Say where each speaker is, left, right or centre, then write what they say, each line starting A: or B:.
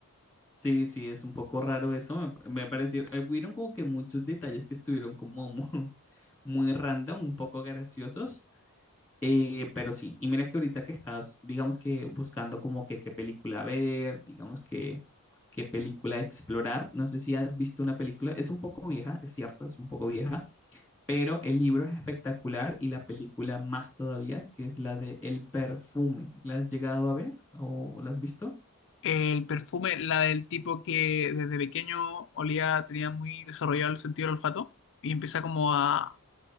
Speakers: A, in the centre; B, on the left.
A: Sí, sí, es un poco raro eso. Me, me pareció, eh, hubieron como que muchos detalles que estuvieron como mu- <laughs> muy random, un poco graciosos. Eh, pero sí, y mira que ahorita que estás, digamos que buscando como que qué película ver, digamos que qué película explorar, no sé si has visto una película, es un poco vieja, es cierto, es un poco vieja, pero el libro es espectacular y la película más todavía, que es la de El perfume. ¿La has llegado a ver o la has visto?
B: El perfume, la del tipo que desde pequeño olía, tenía muy desarrollado el sentido del olfato y empieza como
A: S-
B: a, a